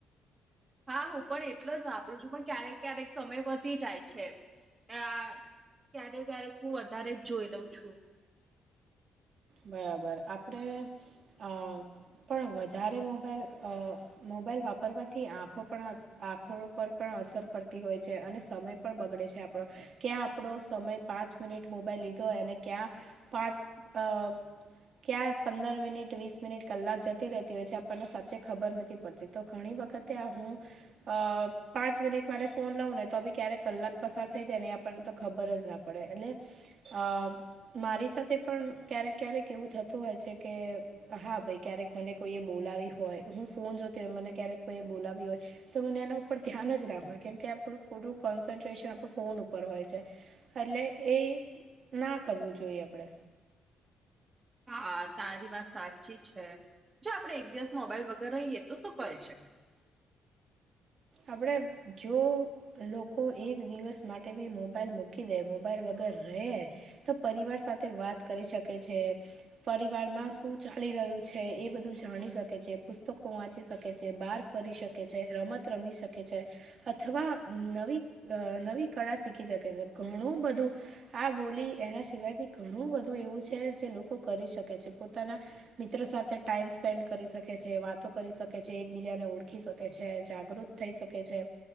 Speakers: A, on the right; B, on the right.
A: હા હું પણ એટલો જ વાપરું છું પણ ક્યારેક ક્યારેક સમય વધી જાય છે. આ ક્યારે ક્યારેક હું વધારે જ જોઈ લઉં છું
B: બરાબર આપણે અ પણ વધારે મોબાઈલ અ મોબાઈલ વાપરવાથી આંખો પણ આંખો પર પણ અસર પડતી હોય છે અને સમય પણ બગડે છે આપ ક્યાં આપણો સમય પાંચ મિનિટ મોબાઈલ લીધો હોય અને ક્યાં પાંચ અ ક્યાં પંદર મિનિટ વીસ મિનિટ કલાક જતી રહેતી હોય છે આપણને સાચી ખબર નથી પડતી તો ઘણી વખતે હું અ પાંચ મિનિટ માટે ફોન લઉં ને તો બી ક્યારેક કલાક પસાર થઈ જાય ને એ આપણને તો ખબર જ પડે પડે એટલે અ મારી સાથે પણ ક્યારેક ક્યારેક એવું થતું હોય છે કે હા ભાઈ ક્યારેક મને કોઈએ બોલાવી હોય હું ફોન જોતી હોય મને ક્યારેક કોઈ બોલાવી હોય તો મને એના ઉપર ધ્યાન જ ના હોય કેમ કે આપણું થોડું કોન્સન્ટ્રેશન આપણું ફોન ઉપર હોય છે એટલે એ ના કરવું જોઈએ આપડે
A: હા તારી વાત સાચી છે જો આપડે એક દિવસ મોબાઈલ વગર રહીએ તો શું કરી શ
B: આપણે જો લોકો એક દિવસ માટે ભી મોબાઈલ મૂકી દે મોબાઈલ વગર રહે તો પરિવાર સાથે વાત કરી શકે છે પરિવારમાં શું ચાલી રહ્યું છે એ બધું જાણી શકે છે પુસ્તકો વાંચી શક કે છે બહાર ફરી શકે છે રમત રમી શકે છે અથવા નવી નવી કળા શીખી શકે છે ઘણું બધું આ બોલી એના સિવાય બી ઘણું બધું એવું છે જે લોકો કરી શકે છે પોતાના મિત્રો સાથે ટાઈમ સ્પેન્ડ કરી શકે છે, વાતો કરી શકે છે એકબીજાને ઓળખી શકે છે. જાગૃત થઈ શકે છે.